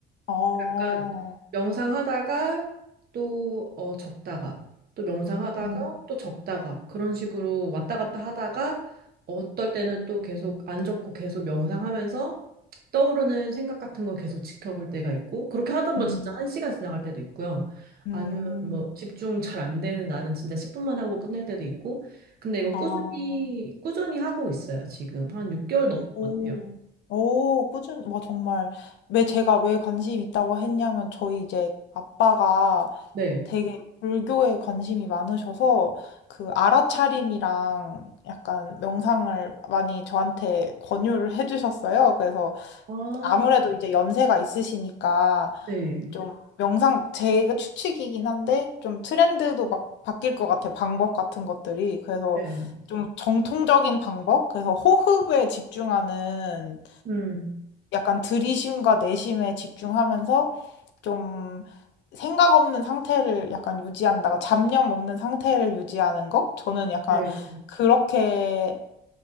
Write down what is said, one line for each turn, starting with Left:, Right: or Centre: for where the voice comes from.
Left: 어,
Right: 약간 명상하다가 또 어, 적다가 또 명상하다가
Left: 음,
Right: 또 적다가 그런 식으로 왔다 갔다 하다가 어떨 때는 또 계속 안 적고 계속 명상하면서 떠오르는 생각 같은 거 계속 지켜볼 때가 있고 그렇게 하다 보면
Left: 음,
Right: 진짜 한 시간 지나갈 때도 있고요.
Left: 음,
Right: 아니면 뭐 집중 잘 안 되는 나는 진짜 10분만 하고 끝낼 때도 있고 근데 이거
Left: 아.
Right: 꾸준히 꾸준히 하고 있어요 지금 한 6개월 넘은
Left: 오,
Right: 것 같아요.
Left: 오, 꾸준, 와, 정말. 왜 제가 왜 관심 있다고 했냐면, 저희 이제 아빠가
Right: 네.
Left: 되게 불교에 관심이 많으셔서, 그 알아차림이랑 약간 명상을 많이 저한테 권유를 해주셨어요. 그래서
Right: 아,
Left: 아무래도 이제 연세가 있으시니까
Right: 네.
Left: 좀 명상 제가 추측이긴 한데 좀 트렌드도 막 바뀔 것 같아요. 방법 같은 것들이. 그래서
Right: 네.
Left: 좀 정통적인 방법? 그래서 호흡에 집중하는
Right: 음.
Left: 약간 들이쉼과 내쉼에 집중하면서 좀 생각 없는 상태를 약간 유지한다가 잡념 없는 상태를 유지하는 거? 저는 약간
Right: 네.
Left: 그렇게